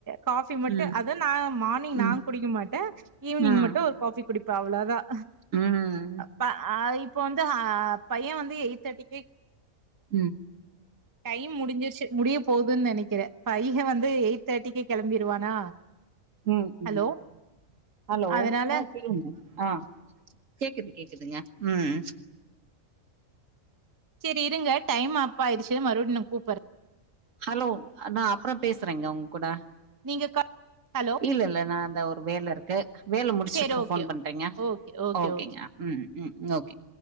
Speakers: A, on the right; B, on the right.
A: காஃபி மட்டும்
B: ம்
A: து அத நான் மார்னிங்
B: ம்
A: நான் குடிக்க மாட்டேன் ஈவினிங்
B: ம்
A: மட்டும் ஒரு காஃபி குடிப்பேன் அவ்ளோதான்
B: ம்
A: ப்ப அய் இப்போ வந்து ஆ பையன் வந்து எயிட் தாட்டிக்கே
B: ம்
A: டைம் முடிஞ்சிருச்சி முடிய போகுதுன் நெனக்கிறேன் பையக வந்து எயிட் தாட்டிக்கே கெளம்பிருவானா
B: ம் ம்
A: ஹலோ
B: ஹலோ
A: அதனால
B: ஆ கேக்குது ஆ கேக்குது கேக்குதுங்க ம்
A: செரி இருங்க டைம் அப்பாயிடுச்சி மறுபடியும் நா கூப்பற
B: ஹலோ நான் அப்பறம் பேச சறங்க ஒங்கூட
A: நீங்க க ஹலோ
B: இல்ல இல்ல நா இந்த ஒரு வேல இருக்கு வேல முடிச்சிட்டு
A: சேரி ஓகே
B: ஃபோன் பண்றங்க
A: ஓகே ஓகே
B: ஓகேங்க
A: ஓகே
B: ம் ம் ஓகே